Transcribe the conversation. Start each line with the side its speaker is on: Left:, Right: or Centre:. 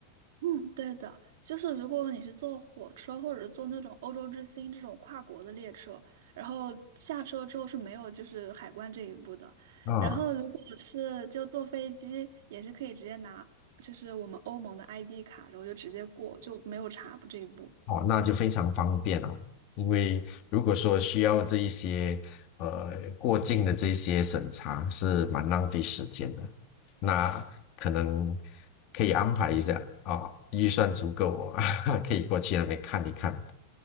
Right: 嗯，对的，就是如果你是坐火车或者是坐那种欧洲之星这种跨国的列车，然后下车之后是没有就是海关这一步的。
Left: 嗯，
Right: 然后如果是就坐飞机，也是可以直接拿就是我们欧盟的 ID 卡，然后就直接过，就没有查这一步。
Left: 哦，那就非常方便哦。因为如果说需要这一些呃过境的这些审查，是蛮浪费时间的。那可能可以安排一下啊，哦预算足够哦，<laughs> 可以过去那边看一看。